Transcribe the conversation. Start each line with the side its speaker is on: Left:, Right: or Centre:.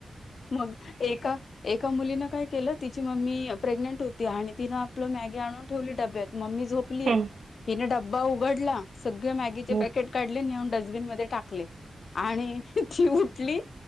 Left: मग एका एका मुलीनं काय केलं तिची मम्मी प्रेग्नेंट होती आणि तिनं आपलं मॅगी आणून ठेवली डब्यात मम्मी झोप
Right: हम्म हम्म.
Left: हिने डब्बा उघडला सगळे मॅगीचे
Right: हम्म
Left: पॅकेट काढले नेऊन डस्टबिन मध्ये टाकले आणि ती उठली